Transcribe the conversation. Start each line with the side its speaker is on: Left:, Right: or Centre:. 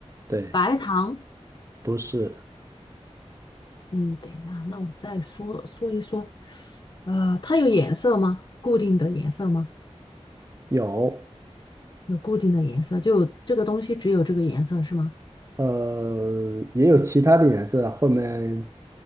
Right: 对，
Left: 白糖，
Right: 不是，
Left: 嗯，等一下，那我再说说一说，呃，它有颜色吗？固定的颜色吗？
Right: 有，
Left: 有固定的颜色，就这个东西只有这个颜色是吗？
Right: 呃，也有其他的颜色，后面，